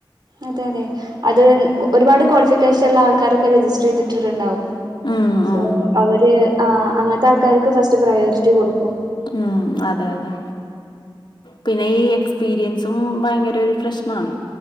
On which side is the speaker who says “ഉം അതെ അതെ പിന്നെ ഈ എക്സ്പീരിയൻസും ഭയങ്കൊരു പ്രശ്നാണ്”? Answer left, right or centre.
Left